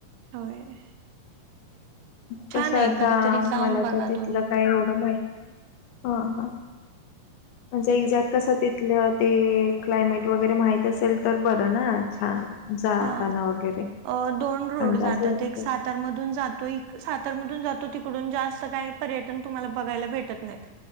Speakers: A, on the right (about 85°); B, on the left (about 80°).
A: होय
B: कश
A: छान
B: आता
A: आहे कधीतरी जाऊन
B: मला
A: बघा
B: तर तिथलं
A: तुम्ही
B: काय एवढं माहित नाही हा हा म्हणजे इक्झॅक्ट कसं तिथलं ते क्लायमेट वगैरे माहित असेल तर बरं ना छान जाताना
A: हा
B: वगैरे
A: अं दोन रोड
B: अंदाज
A: जातात
B: लागतो
A: एक सातार मधून जातो सातारमधून जातो तिकडून जास्त काय पर्यटन तुम्हांला बघायला भेटत नाहीत